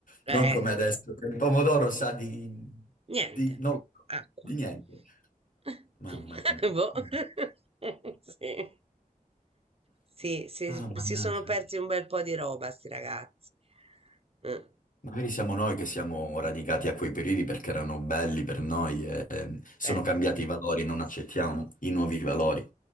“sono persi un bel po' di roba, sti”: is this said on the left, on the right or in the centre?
Right